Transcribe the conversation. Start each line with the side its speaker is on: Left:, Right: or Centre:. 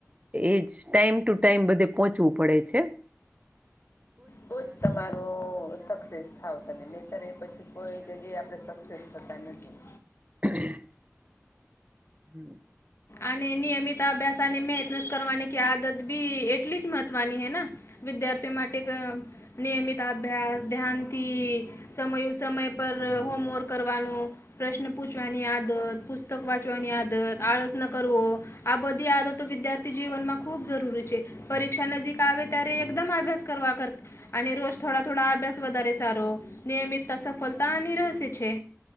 Right: એજ ટાઈમ ટુ ટાઈમ બધે પહોંચવું પડે છે.
Left: તો જ તમારો સક્સેસ થાવ તમે નહીતર એ પછી કોઈ જગ્યાએ આપડે સક નથ થતા નથી.
Right: <inaudible> હમ
Left: અને નિયમિત અભ્યાસ અને મહેનત કરવાની કે આદત બી એટલી જ મહત્વની હેને વિદ્યાર્થીઓ માટે ક નિયમિત અભ્યાસ ધ્યાનથી સમયું સમય પર હોમવર્ક કરવાનું પ્રશ્ન પૂછવાની આદત પુસ્તક વાંચવાની આદત આળસ ન કરવો આ બધી આદતો વિદ્યાર્થી થી જીવનમાં ખૂબ જરૂરી છે પરીક્ષા નજીક આવે ત્યારે એકદમ અભ્યાસ કરવા કરતા અને રોજ થોડા થોડા અભ્યાસ વધારે સારો નિયમિતા સફળતાની રહેસે છે.